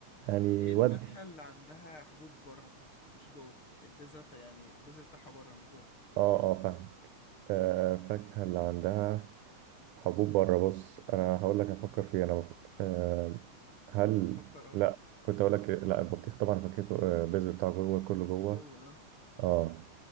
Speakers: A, on the right; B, on the left.
A: يعني
B: ايه الفاكهة
A: ودي
B: اللي عندها حبوب بره مش جوه البذرة بتاع يعني البذرة بتاعها بره مش جوه
A: اه اه فاهمك آه فاكهة اللي عندها حبوب بره بص أنا هقول لك أفكر فيه أنا بف... آه هل
B: فكر
A: لا
B: اه
A: كنت أقول لك لا البطيخ طبعا فاكهته آه، البذر بتاعه جوه كله جوه
B: جوه اه
A: اه